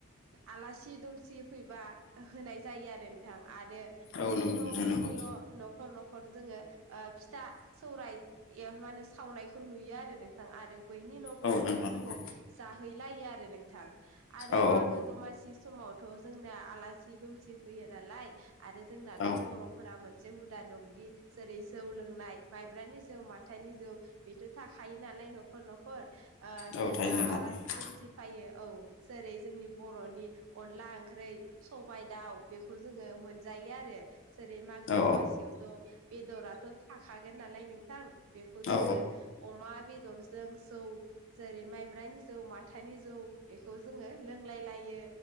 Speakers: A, on the right (about 70°); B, on the left (about 60°).
A: आलासि-दुमसि फैबा होनाय जायो आरो नोंथां आरो बायनि
B: औ नंगौ
A: न'
B: नोंथां
A: बायनि
B: नंगौ
A: न' न'खर न'खर जोङो फिथा सौराय माने सावनायखौ नुयो आरो नों। नोंथां आरो बैनि न' बैनि
B: औ नोंथां
A: न'
B: नंगौ
A: जोङो जाहैलायो आरो नोंथां। आरो
B: औ
A: मागो दमासि समावथ' जोंना आलासि दुमसि फैयो नालाय आरो जोंनाथ'
B: औ
A: बर' फोर मोनसे हुदा दंदि जेरै जौ लोंनाय माइब्रानि जौ माथाइनि जौ बेथ' थाख खायो नालाय न'खर न'खर
B: औ
A: जेब्ला
B: थायो नोंथां
A: आलासि
B: औ
A: दुमसि फैयो औ जेरै जोंनि बर'नि अनला ओंख्रि सबायाइ दाउ बेखौ जोङो मोनजायो आरो। जेरै मागो
B: औ
A: दमासियावथ' बेदराथ' थाखागोन नालाय नोंथां। बेखौ जोङो
B: औ
A: अमा बेदरजों सौ। जेरै माइब्रानि जौ माथानि जौ बेखौ जोङो लोंलाय लायो।